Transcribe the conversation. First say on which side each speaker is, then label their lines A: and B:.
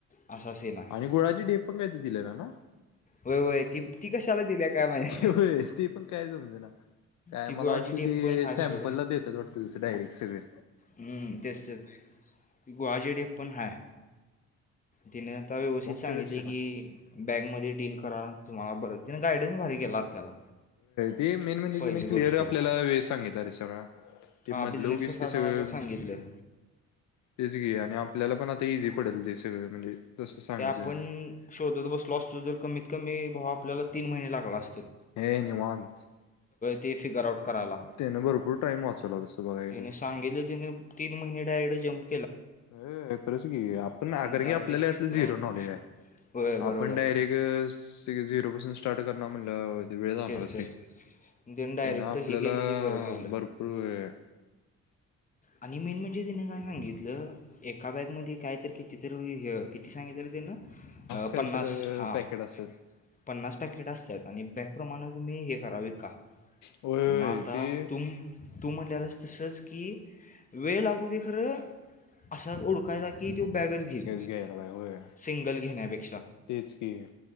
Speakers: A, on the left; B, on the left.
A: असा सीन आहे
B: आणि गोळाची ढेप पण काय तर दिलेला नां?
A: वय, वय, त ती कशाला दिल्या. काय माहिती
B: ते होय, ते पण काय समज ना?
A: ती गुळाची
B: मला वाटत
A: ढेप
B: ते
A: पण आहे
B: सॅम्पलला
A: सोड
B: देत्यात वाटत, तं डायरेक्ट सगळ.
A: हम्म तेच तेच गुळाची डेप पण हाय. तिने आता व्यवस्थित
B: मग
A: सांगितले
B: काय विषय नाही
A: की, बॅगमध्ये डील करा तुम्हाला बरं तिने गायडन्स भारी गेला आपल्याला,
B: ते मेन म्हणजे
A: पहिली
B: त्याने
A: गोष्ट
B: क्लिअर आपल्याला वेळ सांगितलं रे सगळं. ते
A: हा
B: मतलब
A: बिझनेस
B: कत
A: कसा करायचा
B: सगळ,
A: सांगितलं
B: तेच घे आणि आपल्याला पण आता इझी पडेल ते सगळ म्हणजे, तसं सांगितलं
A: ते आपण
B: ना
A: शोधत बसलो असतो, तर कमीत कमी भाव आपल्याला तीन महिने लागला असतो.
B: हे निवांत,
A: ते फिगर आउट करायला,
B: त्यानं भरपूर टाइम वाचवला तसं बघायला
A: त्याने
B: गेलं
A: सांगितलं त्याने, तीन महिने डायरेक्ट ज्प,
B: अ खरंच की आपण, नाकार
A: डायरेक्ट
B: की आपल्याला यातलं
A: पुढं
B: जी,
A: आलो
B: नॉलेज आहे
A: होय बरोबर
B: आपण डायरेक् झिरो, स्टार्ट करणार म्हणण्यावर वेळेणार जाणारच
A: तेच तेच
B: रे.
A: त्यानं डायरेक्ट
B: ते ना आपल्याला
A: हे केलं ते बरं केलं
B: भरपूर वेळ आहे.
A: आणि मेन म्हणजे, तिने काय सांगितलं एका बॅगमध्ये काय तर किती तरी किती सांगितलेलं तेन
B: काहीतरी
A: पन्नास हा
B: पॅकेट असेल
A: पन्नास पाकिटे असतात. आणि बॅकप्रमाणे तुम्ही हे करा, विका
B: होय
A: मग
B: होय
A: आता
B: ते
A: तुम तू म्हणलेलास तसंच की वेळ लागू दे खरं असा ओळखायचा की त बॅगच घेईल
B: घ्यायला पाहिजे होय
A: सिंगल घेण्यापेक्षा.
B: तेच कि अ.